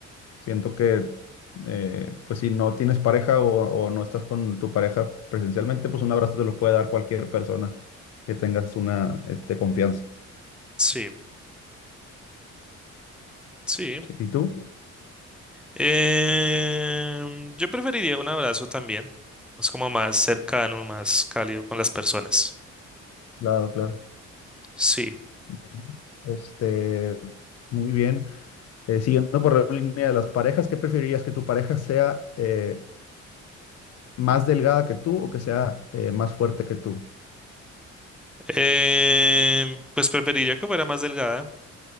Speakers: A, on the left (about 55°); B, in the centre.
A: Siento que, eh, pues si no tienes pareja o, o no estás con tu pareja presencialmente, pues un abrazo te lo puede dar cualquier persona que tengas una, este, confianza.
B: Sí. Sí.
A: Sí, ¿Y tú?
B: Em, yo preferiría un abrazo también. Es como más cercano, más cálido con las personas.
A: Claro, claro.
B: Sí.
A: Bueno, Este, muy bien. Eh, siguiendo por la línea de las parejas, ¿qué preferirías que tu pareja sea eh, más delgada que tú o que sea eh, más fuerte que tú?
B: Em, pues preferiría que fuera más delgada.